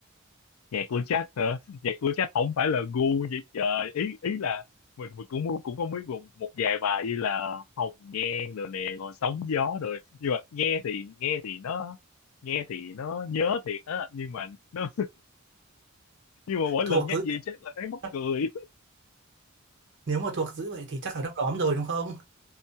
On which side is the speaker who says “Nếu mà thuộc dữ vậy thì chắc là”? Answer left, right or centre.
Right